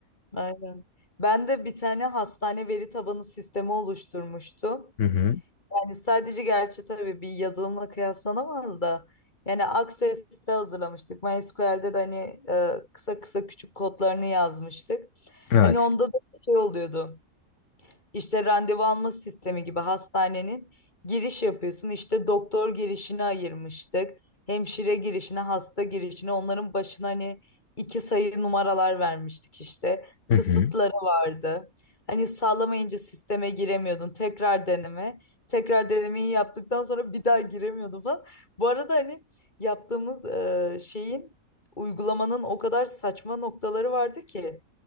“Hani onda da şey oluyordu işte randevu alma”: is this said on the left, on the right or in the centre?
Left